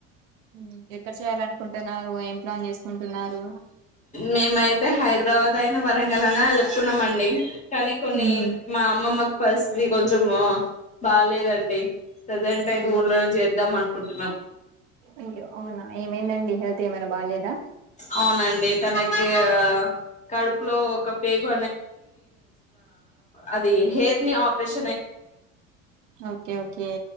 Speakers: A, on the right; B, on the left.
A: మ్మ్ ఎక్కడ చేయాలనుకుంటున్నారు ఏం ప్లాన్ చేసుకుంటున్నారు
B: మేమైతే హైదరాబాద్ అయిన వరంగలనే చెప్పుకున్నామ అండి కానీ కొన్ని
A: మ్మ్
B: మా అమ్మమ్మకు ఫస్ట్ది కొంచెం బాలేదండి ప్రజెంట్ అయిథె
A: అయ్యో
B: ఊలోనే చేద్దాం అనుకుంటున్నా
A: అయ్యో అవునా ఏమైందండి హెల్త్ ఏమైనా బాలేదా
B: అవునండి తనకి కడుపులో ఒకేగు అది అ హెర్ని ఆపరేష
A: ఓకే ఓకే